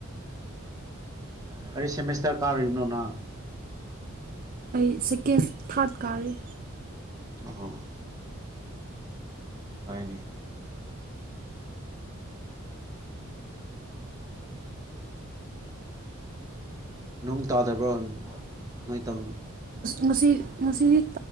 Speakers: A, on the right; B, on the right.
A: ꯗ ꯑꯩ ꯁꯦꯃꯦꯁꯇꯔ ꯀꯥꯔꯤꯕꯅꯣ ꯅꯪ
B: ꯑꯩ ꯁꯦꯀꯦꯟ ꯊꯥꯔꯠ ꯀꯥꯔꯤ
A: ꯑꯣ ꯐꯩꯅꯦ ꯅꯣꯡ ꯇꯥꯗꯕ꯭ꯔꯥ ꯅꯣꯏ ꯇꯝ
B: ꯉꯁꯤ ꯉꯁꯤꯗꯤ